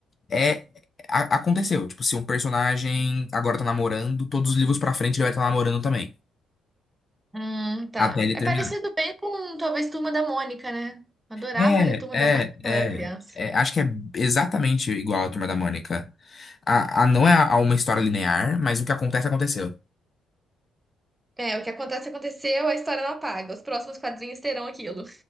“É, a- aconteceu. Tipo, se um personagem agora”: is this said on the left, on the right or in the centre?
Left